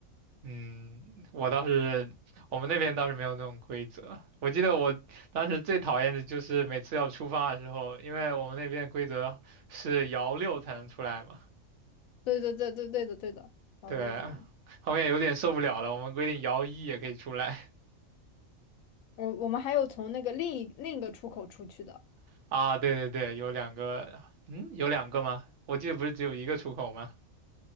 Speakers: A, on the right (about 65°); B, on the left (about 80°).
A: 嗯，我倒是，我们那边倒是没有那种规则。我记得我当时最讨厌的就是每次要出发的时候，因为我们那边的规则是摇六才能出来嘛，
B: 对对对对对的对的，然后六三，
A: 对，后面有点受不了了，我们规定摇一也可以出来
B: 我我们还有从那个另一另一个出口出去的。
A: <laughs> 啊。对对对，有两个，嗯，有两个吗？我记得不是只有一个出口吗？